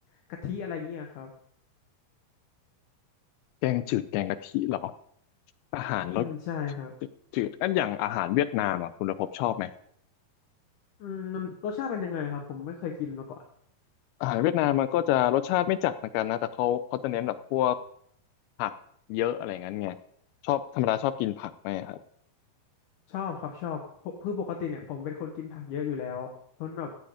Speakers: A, on the left (about 65°); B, on the left (about 80°).
A: กะทิอะไรเงี้ยครับ
B: แกงจืดแกงกะทิเหรออาหารรส
A: อืมใช่ครับ
B: จืดๆอันอย่างอาหารเวียดนามอ่ะคุณโอภพชอบไหม
A: อืมมันรสชาติเป็นยังไงครับผมไม่เคยกินมาก่อน
B: อาหารเวียดนามมันก็จะรสชาติไม่จัดเหมือนกันนะแต่เขาเขาจะเน้นแบบพวกผักเยอะอะไรงั้นไงชอบธรรมดาชอบกินผักไหมครับ
A: ชอบครับชอบเพราะคือปกติเนี่ยผมเป็นคนกินผักเยอะอยู่แล้วเพราะแบบ